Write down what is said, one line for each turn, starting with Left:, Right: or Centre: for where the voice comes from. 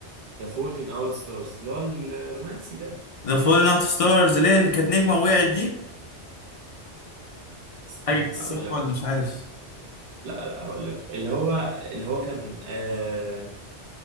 Right: The Fault in Our Stars اللي هو الرومانسي ده
Left: ذا فولن اوت ستارز اللي هي اللي كانت نجمه وقعت دي
Right: استنى
Left: حاجه صح
Right: هقول لك
Left: ولا مش عارف
Right: لا لا هقول لك اللي هو اللي هو كان آه